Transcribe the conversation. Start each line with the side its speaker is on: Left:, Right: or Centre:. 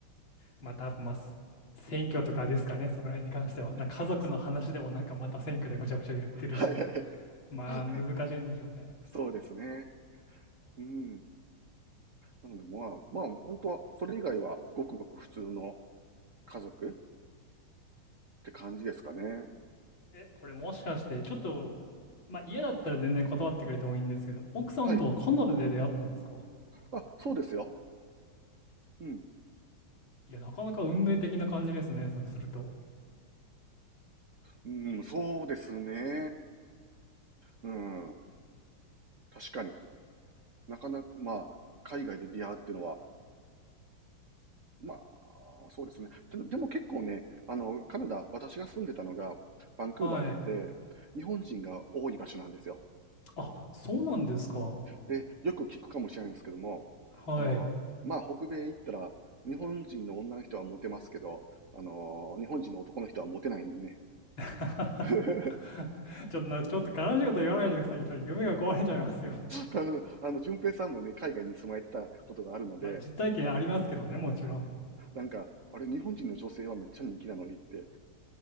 Left: またまあ、す選挙とかですかね、そこら辺に関しては。なんか家族の話でもなんかまた選挙でごちゃごちゃ言ってるし、
Right: <laughs> はいはい、
Left: まあ難しいんでしょうね。
Right: はい、そうですね。うん。なので、まあ、まあ、本当は、それ以外はごくごく普通の家族って感じですかね。
Left: え、これもしかしてちょっと、まあ嫌だったら全然断ってくれてもいいんですけど、奥さんとはカナダで出会ったんですか
Right: はい。あ、そうですよ。うん。
Left: いや、なかなか運命的な感じですね、そうすると。
Right: うん、そうですね。うん。確かに。なかなか、まあ、海外で出会うっていうのは、まあ、そうですね。で、でも結構ね、あの、カナダ、私が住んでたのがバンクーバーなので、
Left: はい。
Right: 日本人が多い場所なんですよ。
Left: あ、そうなんですか。
Right: で、よく聞くかもしれないですけども、
Left: はい。
Right: あの、まあ、北米行ったら、日本人の女の人はモテますけど、あの、日本人の男の人はモテないんでね。
Left: <laughs>
Right: <laughs>
Left: ちょっとな、ちょっと悲しいこと言わないでくださいよ。ちょっと夢が壊れちゃいますよ。
Right: 多分、あの、淳平さんもね、海外に住まれてたことがあるので、
Left: まあ、実体験ありますけどね、
Right: あ、
Left: もちろん。
Right: なんか、あれ、日本人の女性はめっちゃ人気なのにって、